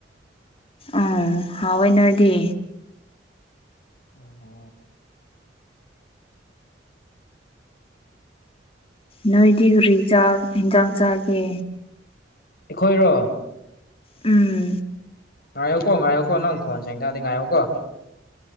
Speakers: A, on the left; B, on the left.
A: ꯎꯝ ꯍꯥꯎꯏ ꯑꯣꯏꯅꯗꯤ
B: ꯎꯝ ꯍ
A: ꯅꯣꯏꯗꯤ ꯔꯤ ꯌꯦꯟꯖꯥꯡ ꯆꯥꯒꯦ
B: ꯑꯩꯈꯣꯏꯔꯣ
A: ꯎꯝ
B: ꯉꯥꯏꯌꯀꯣ ꯉꯥꯏꯌꯨꯀꯣ ꯀꯣꯟ ꯁꯦꯡꯀꯗꯤ ꯉꯥꯏꯌꯨꯀꯣ